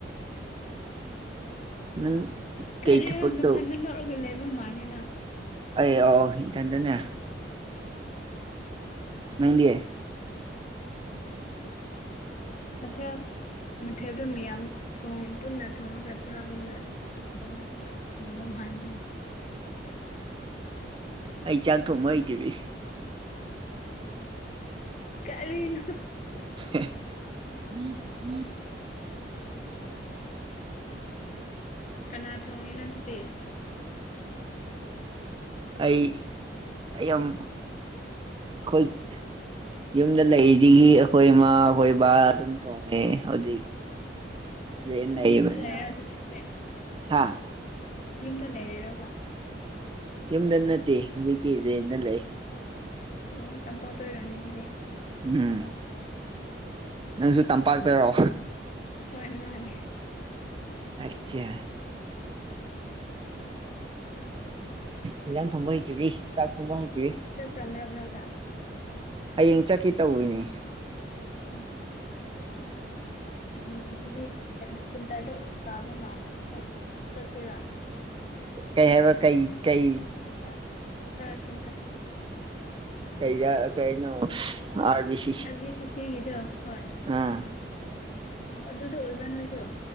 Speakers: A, on the right; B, on the left.
A: ꯅꯪ
B: ꯀꯔꯤꯔ
A: ꯀꯩ ꯊꯕꯛ
B: ꯅꯊꯟꯗ
A: ꯇꯧ
B: ꯅꯣꯛꯔꯒ ꯂꯩꯕ ꯃꯥꯜꯂꯤ ꯅꯪ
A: ꯑꯩ ꯑꯣ ꯏꯊꯥꯟꯇꯅꯦ ꯅꯪꯗꯤꯌꯦ
B: ꯃꯊꯦꯜ ꯃꯊꯦꯜꯗꯨ ꯃꯌꯥꯝ ꯄꯨꯟꯅ ꯊꯣꯡꯉꯒ ꯆꯥꯕꯅꯤꯅ ꯑꯗꯨꯅ ꯂꯩꯐꯝ ꯍꯥꯏꯔꯤꯅꯦ
A: ꯑꯩ ꯆꯥꯛ ꯊꯣꯡꯕ ꯍꯩꯇꯕꯤ
B: ꯀꯔꯤꯅꯣ
A: <unintelligible>
B: ꯀꯅꯥ ꯊꯧꯉꯤꯅꯣ ꯑꯗꯨꯗꯤ
A: ꯑꯩ ꯑꯩ ꯌꯥꯝ ꯈꯨꯠ ꯌꯨꯝꯗ ꯂꯩꯔꯤꯉꯩꯗꯒꯤ ꯑꯩꯈꯣꯏ ꯏꯃꯥ ꯑꯩꯈꯣꯏ ꯕꯕꯥ ꯑꯗꯨꯝ ꯇꯣꯡꯉꯦ ꯍꯧꯖꯤꯛ
B: <inaudible>
A: ꯔꯦꯟ
B: ꯅꯪ
A: ꯂꯩꯕꯅꯤꯅ
B: ꯌꯨꯝꯗ ꯂꯩꯔꯛꯑꯒꯦꯗꯤ ꯍꯧꯖꯤꯛ
A: ꯍꯥ
B: ꯌꯨꯝꯗ ꯂꯩꯔꯤꯔꯕꯣ
A: ꯌꯨꯝꯗ ꯅꯠꯇꯦ ꯍꯧꯖꯤꯛꯇꯤ ꯔꯦꯟꯗ ꯂꯩ
B: ꯑꯣ ꯇꯝꯄꯥꯎ ꯇꯣꯏꯔꯅꯤ ꯑꯗꯨꯗꯤ
A: ꯎꯝ ꯅꯪꯁꯨ ꯇꯝꯄꯥꯛꯇꯔꯣ
B: ꯍꯣꯏ ꯃꯥꯅꯦ
A: ꯑꯆꯥ ꯏꯟꯖꯥꯡ ꯊꯨꯝꯝꯕ ꯍꯣꯏꯇꯣꯏꯕꯤ ꯆꯥꯛ ꯊꯨꯝꯕ ꯍꯣꯏꯇꯔꯤ
B: ꯃꯔꯛ ꯃꯔꯛ ꯃꯔꯒꯇ
A: ꯍꯌꯦꯡ ꯆꯠꯀꯦ ꯇꯧꯔꯤꯅꯤ
B: ꯑꯣ ꯎꯝ ꯑꯗꯨꯗꯤ ꯀꯩꯅꯣ ꯁꯤꯟꯇꯔꯗꯣ ꯇꯥꯕ ꯃꯥꯜꯂꯦ ꯆꯠ ꯆꯠꯇꯣꯏꯔꯥ
A: ꯀꯩ ꯍꯥꯏꯕ ꯀꯩ ꯀꯩ
B: ꯁꯦꯟꯇꯔ ꯁꯦꯟꯇꯥꯔ ꯁꯦꯟꯇꯥꯔ
A: ꯀꯩꯗ ꯀꯩꯩꯅꯣ ꯍꯥꯢꯕꯁꯤ
B: ꯑꯗꯨꯗꯤ ꯆꯤꯆꯦꯒꯤꯗꯣ ꯍꯣꯢ
A: ꯑꯥ
B: ꯑꯣ ꯑꯗꯨꯗ ꯑꯣꯏꯕ꯭ꯔꯥ ꯅꯣꯏꯁꯨ